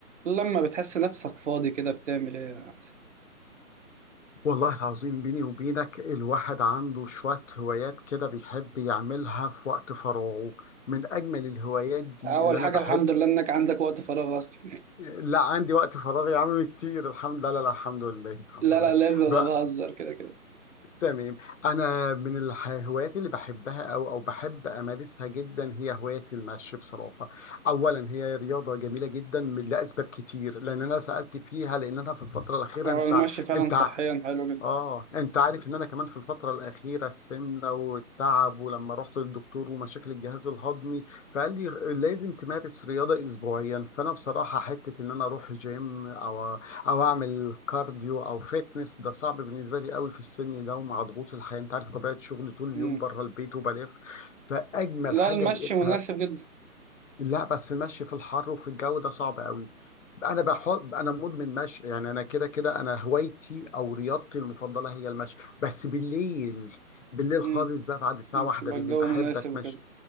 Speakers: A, on the right; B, on the left.
A: لما بتحس نفسك فاضي كده بتعمل ايه يا حسين؟
B: والله العظيم بيني وبينك الواحد عنده شوية هوايات كده بيحب يعملها في وقت فراغه من أجمل الهوايات دي
A: اول
B: اللي أنا
A: حاجه
B: بحب
A: الحمد لله انك عندك وقت فراغ اصلا
B: لا عندي وقت فراغ يا عم كتير الحمد لله لا لا الحمد لله
A: <laughs>
B: الحمد
A: لا
B: لله
A: لا لازم انا
B: بقى
A: بهزر كده كده
B: تمام أنا من الح- الهوايات اللي بحبها أو أو بحب أمارسها جدا هي هواية المشي بصراحة أولا هي رياضة جميلة جدا من- لأسباب كتير لأن أنا سألت فيها لأن أنا في الفترة الأخيرة
A: هو
B: أنت
A: المشي فعلا
B: أنت
A: صحيا حلو جدا
B: اه انت عارف ان انا كمان في الفتره الاخيره السمنه والتعب ولما رحت للدكتور ومشاكل الجهاز الهضمي فقال لي لازم تمارس رياضه اسبوعيا فانا بصراحه حته ان انا اروح جيم او او اعمل كارديو او فيتنس ده صعب بالنسبه لي قوي في السن ده ومع ضغوط الحياه انت عارف طبيعه شغلي طول اليوم
A: مم.
B: بره البيت وبلف فاجمل
A: لا
B: حاجه
A: المشي
B: لقيتها
A: مناسب جدا
B: لا بس المشي في الحر وفي الجو ده صعب قوي انا بحب انا مدمن مشي يعني انا كده كده انا هوايتي او رياضتي المفضله هي المشي بس بالليل بالليل
A: امم
B: خالص بقى بعد الساعه واحدة
A: يبقى
B: بالليل
A: الجو
B: بحب
A: مناسب
B: اتمشى
A: وكده